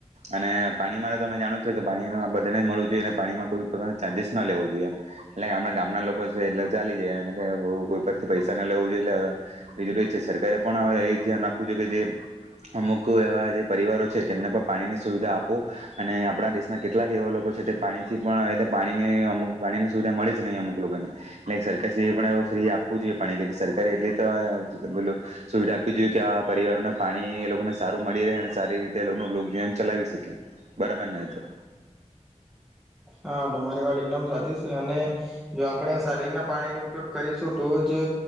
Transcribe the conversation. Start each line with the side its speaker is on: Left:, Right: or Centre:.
Right: અને પાણી મારે તમે જાણો જ છો કે પાણીનો આ બધાને મળવું જોઈએ અને પાણીમાં કોઈ પ્રકારનાં ચાર્જીસ ન લેવો જોઈએ એમ, એટલે આપણા ગામના લોકો છે એટલે ચાલી જાય <unintelligible> કોઈ પરથી પૈસા ન લેવું જોઈ એટલે બીજુ તો એજ છે સરકારે પણ અવે એ ધ્યાન રાખવું જોઈએ કે જે અમુક એવા જે પરિવારો છે તેમને પણ પાણીની સુવિધા આપો અને આપણા દેશના કેટલાક એવા લોકો છે તે પાણીથી પણ એટલે પાણીની અમુક પાણીની સુવિધા મળે જ નહીં અમુક લોકોને એટલે સરકે પણ ફ્રી આપવું જોઈએ પાણી સરકારે એટલી તો પે સુવિધા આપવી જોઈએ કે આ પરિવારોને પાણી એ લોકોને સારું મળી રહે અને સારી રીતેનું લોકજીવન ચલાવી શકે બરાબર ને તો
Centre: હા તમારી વાત એકદમ સાચી છે અને જો આપણે સારી રીતના પાણીનો ઉપયોગ કરીશું તો જ